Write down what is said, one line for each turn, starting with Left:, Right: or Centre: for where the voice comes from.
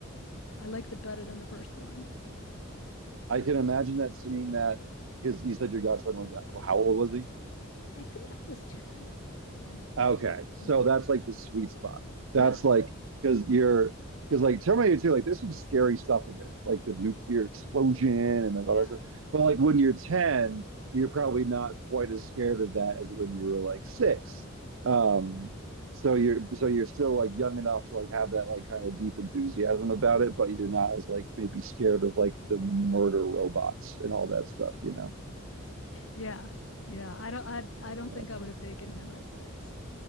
Left: I liked it better than the first one.
Right: I can imagine that seeing that because you said your godson was how old was he?
Left: I think it was 10. I
Right: Okay, so
Left: something like
Right: that's
Left: that.
Right: like
Left: Yeah.
Right: the sweet spot. That's
Left: Yeah.
Right: like because you're because like Terminator 2, like there's some scary stuff in there, like the nuclear explosion and like
Left: Yeah.
Right: all that stuff. But like when you're 10, you're probably not quite as scared of that as when you were like six. Um, so you're so you're still like young enough to like have that like kind of deep enthusiasm about it, but you're not as like maybe scared of like the murder robots and all that stuff, you know?
Left: Yeah. Yeah. I don't I I don't
Right: Yeah.
Left: think I would have taken him at six.